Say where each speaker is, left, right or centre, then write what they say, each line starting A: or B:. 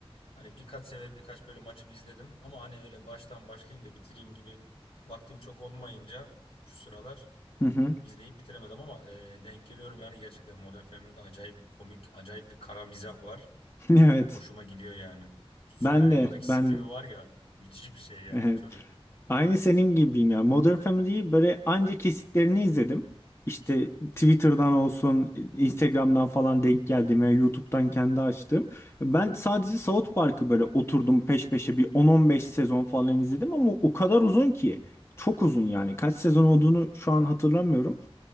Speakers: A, on the left (about 70°); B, on the left (about 25°).
A: Hani birkaç sefer birkaç bölüm açıp izledim ama hani öyle baştan başlayayım da bitireyim gibi vaktim çok olmayınca şu sıralar
B: Hı hı. <laughs>
A: izleyip bitiremedim ama e, denk geliyorum yani gerçekten Modern Family'de acayip komik, acayip bir kara mizah var.
B: Evet.
A: Hoşuma gidiyor yani. Süper
B: Ben
A: ya.
B: de,
A: Oradaki
B: ben
A: Stevie
B: de.
A: var ya müthiş bir şey ya
B: Evet.
A: o çocuk.
B: Aynı senin gibiyim ya. Modern Family'yi böyle anca kesitlerini izledim. İşte Twitter'dan olsun, Instagram'dan falan denk geldiğime, YouTube'dan kendi açtım. Ben sadece South Park'ı böyle oturdum peş peşe bir 10-15 sezon falan izledim ama o kadar uzun ki. Çok uzun yani. Kaç sezon olduğunu şu an hatırlamıyorum.